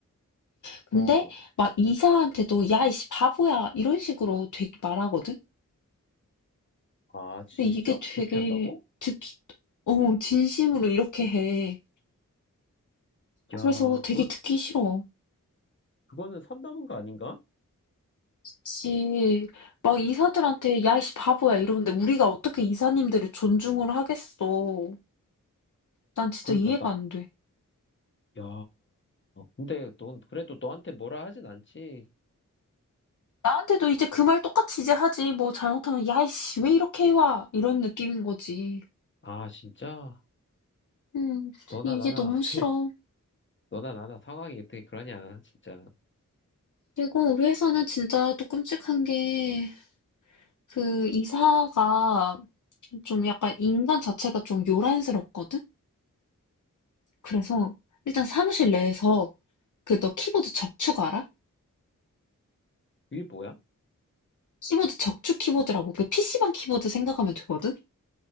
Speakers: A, on the left; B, on the left.
A: 근데,
B: 어어.
A: 막 이사한테도, 야, 이씨, 바보야. 이런 식으로 되게 말하거든?
B: 아
A: 근데
B: 진짜?
A: 이게 되게
B: 그렇게 한다고?
A: 듣기, 어, 진심으로 이렇게 해.
B: 야
A: 그래서 되게
B: 그거
A: 듣기 싫어.
B: 그거는 선담은 거 아닌가?
A: 씨, 막 이사들한테, 야, 이씨, 바보야, 이러는데 우리가 어떻게 이사님들을 존중을 하겠어. 난 진짜
B: 그러니까
A: 이해가
B: 나
A: 안 돼.
B: 야, 근데 넌 그래도 너한테 뭐라 하진 않지?
A: 나한테도 이제 그 말 똑같이 이제 하지. 뭐 잘못하면, 야, 이씨, 왜 이렇게 해와? 이런 느낌인 거지.
B: 아 진짜?
A: 음,
B: 너나
A: 이게
B: 나나
A: 너무
B: <laughs> 어떻게
A: 싫어.
B: 너나 나나 상황이 어떻게 그러냐 진짜.
A: 그리고 우리 회사는 진짜 또 끔찍한 게, 그 이사가 좀 약간 인간 자체가 좀 요란스럽거든? 그래서 일단 사무실 내에서 그 너 키보드 적축 알아?
B: 이게 뭐야?
A: 키보드 적축 키보드라고 그 PC방 키보드 생각하면 되거든?